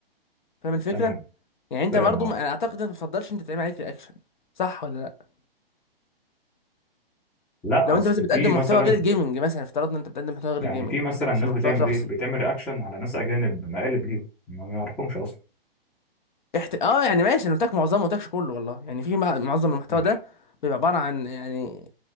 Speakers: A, on the left (about 55°); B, in the centre.
A: فاهم الفكره
B: تمام
A: يعني انت
B: فاهم
A: برضه
B: اه
A: ما- اعتقد انت ما بتفضلش انت تعمل عليك رياكشن صح ولا لا
B: لا
A: لو انت
B: اصل
A: مثلا بتقدم
B: في مثلا
A: محتوى غير الجيمنج مثلا افترضنا انت بتقدم محتوى غير
B: يعني
A: الجيمنج
B: في مثلا
A: بتقدم مثلا
B: ناس
A: محتوى
B: بتعمل
A: شخصي
B: ايه بتعمل رياكشن على ناس اجانب مقالب ليهم ما ما يعرفهمش اصلا
A: احت... اه يعني ماشي انا قلت لك معظمه ما قلتلكش كله والله يعني في مع- معظم المحتوى
B: ماشي
A: ده بيبقى عباره عن يعني